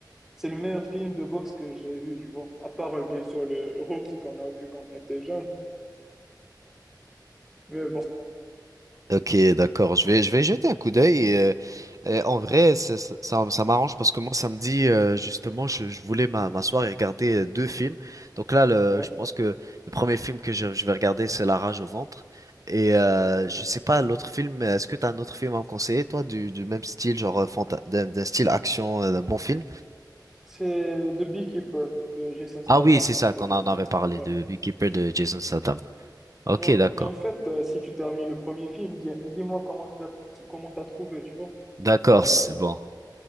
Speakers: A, in the centre; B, on the right.
A: c'est le meilleur film de boxe que j'ai vu, tu vois. À part, euh, bien sûr, le Rocky qu'on a vu quand on était jeune. Mais bon,
B: Ok, d'accord. Je vais, je vais jeter un coup d'œil. et, euh, euh, en vrai, ça, ça, ça- ça m'arrange parce que moi, samedi, euh, justement, je, je voulais m'a- m'asseoir et regarder euh, deux films. Donc là, le,
A: ouais.
B: je pense que le premier film que je, je vais regarder, c'est La rage au ventre. Et euh, je sais pas, l'autre film, est-ce que t'as un autre film à me conseiller, toi, du, du même style, genre euh, fanta- d'un d'un style action, euh, d'un bon film?
A: C'est The Beekeeper de Jason Statham
B: Ah oui, c'est ça
A: que je
B: qu'on
A: t'avais
B: en
A: dit tout.
B: avait parlé,
A: à l'heure.
B: de
A: Ouais.
B: Beekeeper de Jason Statham. Ok,
A: Non,
B: d'accord.
A: mais en fait, euh, si tu termines le premier film, dis, moi comment tu l'as, comment t'as trouvé, tu vois.
B: D'accord,
A: Genre, euh,
B: c'est bon.